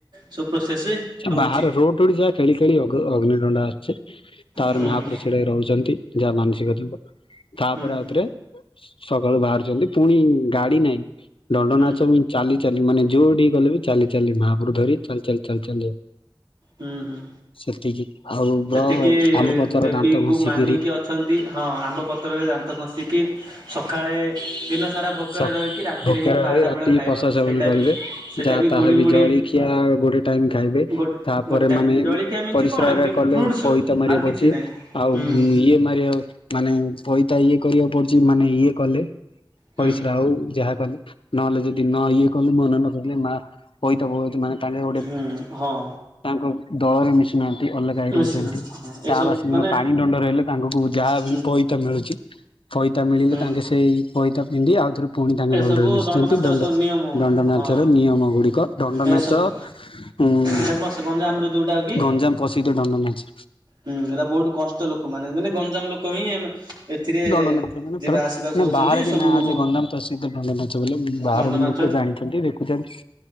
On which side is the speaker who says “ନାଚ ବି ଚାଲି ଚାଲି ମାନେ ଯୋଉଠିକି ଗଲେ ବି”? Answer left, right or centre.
Left